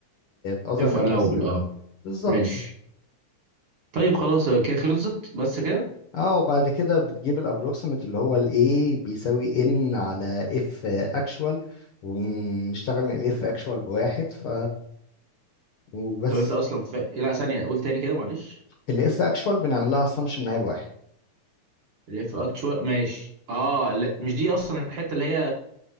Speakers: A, on the left; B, on the right.
A: اصغر
B: اف
A: من
B: الاوبل
A: اف سي اول
B: اه
A: بالظبط.
B: ماشي طيب خلاص كده خلصت بس كده
A: اه وبعد كده بتجيب الابروكسيمت اللي هو الايه بيساوي ان على اف اكشوال ونشتغل ان الاف اكشوال بواحد ف وبس
B: طب انت اصلا ف... إيه، لا ثانيه قول تاني كده معلش
A: الاف اكشوال بنعمل لها اسامبشن ان هي بواحد
B: الاف اكتشوال ماشي اه لا مش دي اصلا الحته اللي هي